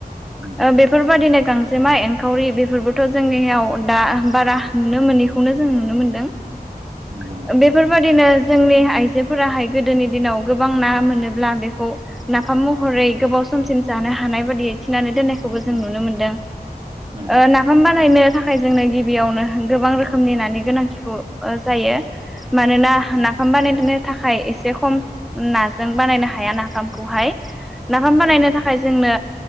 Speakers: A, on the right; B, in the centre.
A: नंगौ
B: ओ बेफोरबायदिनो गांजेमा एनखावरि बेफोरबोथ' जोंनियाव दा बारा नुनो मोनैखौनो जों नुनो मोनदों
A: नंगौ नोंथां
B: बेफोरबायदिनो जोंनि आइजोफोराहाय गोदोनि दिनाव गोबां ना मोनोब्ला बेखौ नाफाम महरै गोबाव समसिम जानो हानायबादियै थिनानै दोननायखौबो जों
A: उम
B: नुनो मोनदों
A: नंगौ
B: ओ नाफाम बा नायनो थाखाय जोंनो गिबियावनो गोबां रोखोमनि नानि गोनांथिखौ जायो मानोना नाफाम बानायनो
A: औ
B: थाखाय एसे खम नाजों बानायनो हाया नाफामखौहाय नाफाम
A: नंगौ
B: बानायनो थाखाय जोंनो